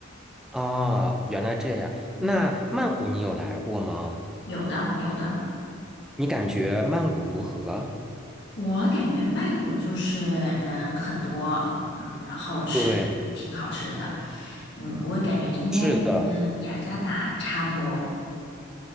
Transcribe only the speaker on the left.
嗯，有的，有的。
我感觉曼谷就是人很多，嗯，然后吃挺好吃的，
嗯，我感觉应该跟雅加达差不多，